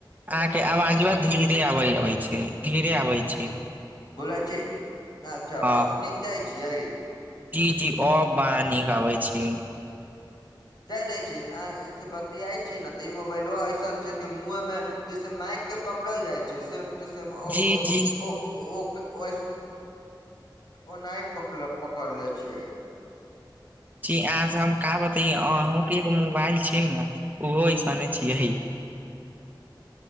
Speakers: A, on the right (about 20°); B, on the left (about 55°).
A: अहां
B: तरफ
A: के
B: बिजली
A: आवाज ब
B: छै
A: धीरे आब आबै छै धीरे आबै छै
B: बोलै छी अच्छा
A: हँ
B: अब नीक जाइत छियै
A: जी जी ब बड़ा नीक आबै छै
B: जाय नहि छी अह इस बतियाई छी ने तऽ ई मोबाइलो ऐसन छै कि मुँहे में जैसे माइ के पकड़ल जाइ छै सेम टू सेम ओ-ओ-ओ
A: जी जी
B: ओ ओना पकड़ले छियै
A: जी अहाँ से हम कह बते अहं के एगो मोबाइल छियै ने ओहो अऐसने छियै